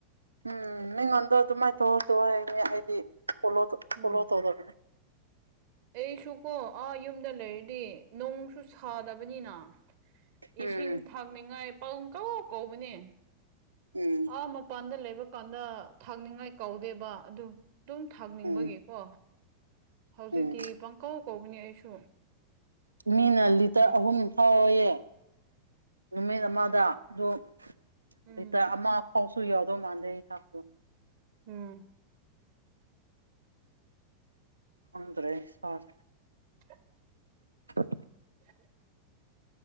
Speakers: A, on the right; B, on the right.
A: ꯎꯝ ꯃꯤꯉꯣꯟꯗ ꯑꯗꯨꯝꯃꯥꯏꯅꯊꯣꯛꯑꯗ ꯍꯥꯏꯅꯦ ꯑꯩꯗꯤ ꯐꯣꯂꯣ
B: ꯎꯝ
A: ꯐꯣꯂꯣ ꯇꯧꯗꯕꯅꯦ
B: ꯑꯩꯁꯨ ꯀꯣ ꯑꯥ ꯌꯨꯝꯗ ꯂꯩꯔꯗꯤ ꯅꯣꯡꯁꯨ ꯁꯥꯗꯕꯅꯤꯅ
A: ꯎꯝ
B: ꯏꯁꯤꯡ ꯊꯥꯛꯅꯤꯉꯥꯏ ꯄꯥꯎ ꯀ ꯀꯧꯕꯅꯦ
A: ꯎꯝ
B: ꯑꯥ ꯃꯄꯥꯟꯗ ꯂꯩꯕ ꯀꯥꯟꯗ ꯊꯥꯛꯅꯤꯡꯉꯥꯏ ꯀꯧꯗꯦꯕ ꯑꯗꯨ ꯑꯗꯨꯝ ꯊꯥꯛꯅꯤꯡꯕꯒꯤꯀꯣ
A: ꯎꯝ
B: ꯍꯧꯖꯤꯛꯇꯤ
A: ꯎꯝ
B: ꯄꯪꯀꯧ ꯀꯧꯕꯅꯤ ꯑꯩꯁꯨ
A: ꯃꯤꯅ ꯂꯤꯇꯔ ꯑꯍꯨꯝ ꯐꯥꯎꯦ ꯅꯨꯃꯦ ꯅꯃꯗ ꯑꯗꯨꯣ ꯑꯗꯨꯇ
B: ꯎꯝ
A: ꯑ ꯑꯥꯎꯁꯨ ꯌꯥꯗꯣ ꯃꯥꯗꯦ ꯊꯀꯣ
B: ꯎꯝ
A: ꯍꯗ꯭ꯔꯦ ꯍꯦ
B: ꯑ
A: ꯑ
B: <unintelligible>